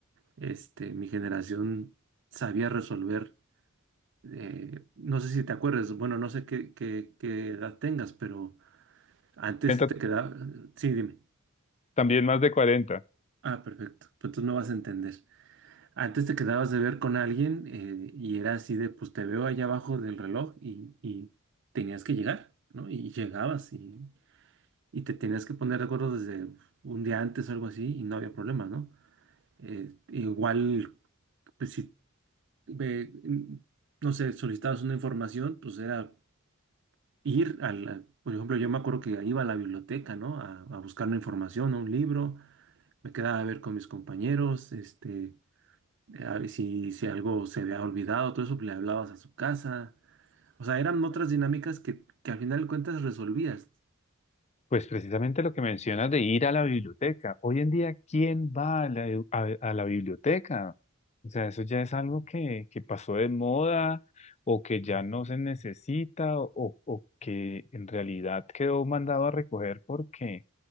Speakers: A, on the right; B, on the left.
A: este, mi generación sabía resolver, eh, no sé si te acuerdas, bueno, no sé qué, qué, qué edad tengas, pero antes
B: 40,
A: te quedaba, sí, dime.
B: También más de 40.
A: Ah, perfecto, pues tú me vas a entender. Antes te quedabas de ver con alguien eh, y era así de, pues te veo allá abajo del reloj y, y tenías que llegar, ¿no? Y llegabas y, y te tenías que poner de acuerdo desde un día antes o algo así y no había problema, ¿no? Eh, igual, pues si, eh, n- no sé, solicitabas una información, pues era ir a la, por ejemplo, yo me acuerdo que iba a la biblioteca, ¿no? A, a buscar una información, a un libro, me quedaba a ver con mis compañeros, este eh, si, si algo se había olvidado, todo eso, pues, le hablabas a su casa. O sea, eran otras dinámicas que, que al final de cuentas resolvías.
B: Pues precisamente lo que mencionas de ir a la biblioteca. Hoy en día, ¿quién va a la, a- a la biblioteca? O sea, eso ya es algo que, que pasó de moda o que ya no se necesita o, o que en realidad quedó mandado a recoger porque